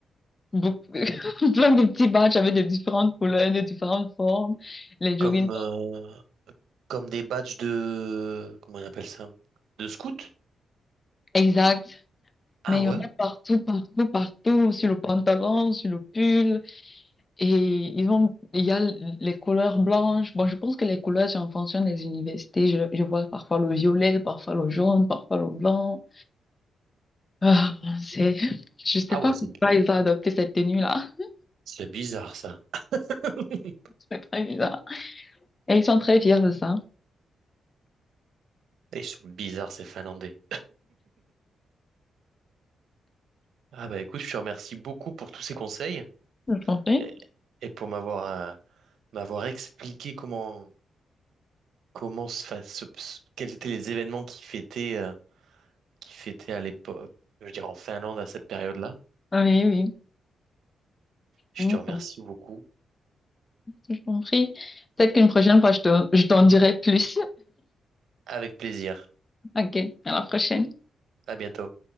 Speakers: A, on the left; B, on the right.
A: beaucoup- <laughs> plein de petits badges avec de différentes couleurs, de différentes formes, les jogging.
B: Comme, euh, comme des badges de... Comment on appelle ça? De scout?
A: Exact.
B: Ah
A: Mais
B: ouais?
A: il y en a partout, partout, partout, sur le pantalon, sur le pull. Et ils ont, il y a les couleurs blanches. Bon, je pense que les couleurs, c'est en fonction des universités. Je, je vois parfois le violet, parfois le jaune, parfois le blanc. Ah, bon, c'est, je sais
B: Ah
A: pas
B: ouais, c'est
A: pourquoi
B: bi-
A: ils ont adopté cette tenue-là. <laughs>
B: c'est bizarre ça. <laughs>
A: C'est très bizarre. Et ils sont très fiers de ça,
B: Et Ils sont bizarres ces Finlandais. Ah bah écoute, je te remercie beaucoup pour tous ces conseils
A: je comprends.
B: et, et pour m'avoir euh, m'avoir expliqué comment comment se fa- se- se- quels étaient les événements qui fêtaient euh, qui fêtaient à l'époque, je veux dire en Finlande à cette période-là.
A: Oui,
B: Je
A: oui.
B: te remercie beaucoup.
A: J'ai compris. Peut-être qu'une prochaine fois, je te- je t'en dirai plus.
B: Avec plaisir.
A: Ok, à la prochaine.
B: À bientôt.